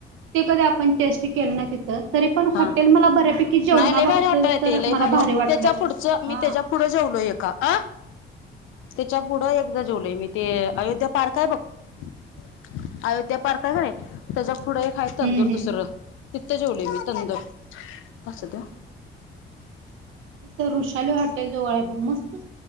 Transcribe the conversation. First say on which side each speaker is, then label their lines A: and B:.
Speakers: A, on the right (about 80°); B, on the left (about 80°).
A: ते कधी आपण टेस्ट केलं ना तिथं तरी पण
B: हा
A: हॉटेल मला बऱ्यापैकी जेवणा
B: नाही लय
A: बाबतीत
B: भारी हॉटेल
A: तर
B: ते ल
A: मला
B: भ
A: भारी वाटलं
B: त्याच्या पुढचं
A: हा
B: मी त्याच्या पुढं जेवलो एका अका आ त्यांच्या पुढं एकदां जेवलंय मी ते अयोध्या पार्क आहे बघं अयोध्या पार्क आहे त्यांच्या पुढे आहे एक चं
A: हम्म
B: अं तंदुर दुसरं
A: हम्म
B: तिथं जेवले मी तंदूर अंसू द्या
A: तिथं वुषाली हाटे जवळं आहे बघं मस्तं